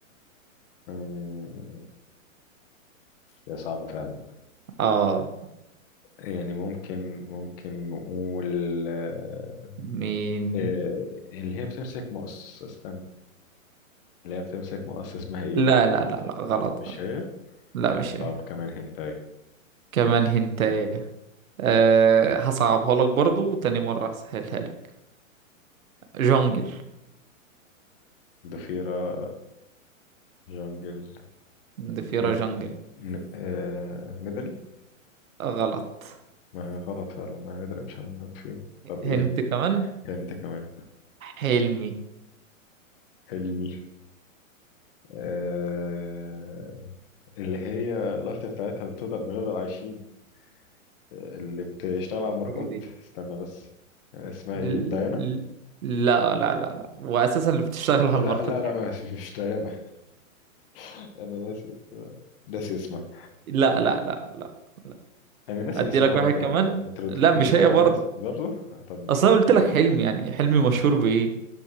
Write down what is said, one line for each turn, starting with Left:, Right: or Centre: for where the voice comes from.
Left: آه هي صعبه فعلا
Right: اه
Left: يعني ممكن ممكن نقول آه
Right: مين
Left: آه اللي هي بتمسك مقص استنى اللي هي بتمسك مقص اسمها ايه
Right: لا لا لا لا غلط
Left: مش
Right: غلط
Left: هي
Right: لا مش هي
Left: طب كمان هنتاي
Right: كمان هنتايه أه هصعبها لك برضو وتاني مرة هسهلها لك جونجل
Left: ضفيرة جونجل
Right: ضفيرة
Left: ند...
Right: جونجل
Left: ن... آه... ندلي
Right: غلط
Left: ما هي غلط فعلا ما هي ندلي مش هعمل نوت فيهم طب
Right: هنت
Left: ايه
Right: كمان
Left: هنت كمان
Right: حلمي
Left: حلمي آه... اللي هي الألت بتاعتها بتفضل بنفضل عايشين اللي بتشتغل على الماركات
Right: هي دي
Left: استنى بس اسمها
Right: ل-
Left: ايه ديانا
Right: ل- لا لا لا لا وأساسا اللي بتشتغل على
Left: لا
Right: الماركات
Left: لا لا
Right: مش
Left: ما
Right: دي.
Left: مش ديانا <laughs> انا ناسي اسمها ناسي اسمها
Right: لا لا لا لا لا
Left: انا ناسي
Right: أدي
Left: اسمها
Right: لك واحد
Left: انت
Right: كمان
Left: بترددني انت لو اديتني
Right: لا مش
Left: انتهى
Right: هي
Left: انا
Right: برضه
Left: ناسي برضه طب
Right: أصل أنا قلت لك حلمي يعني حلمي مشهور بإيه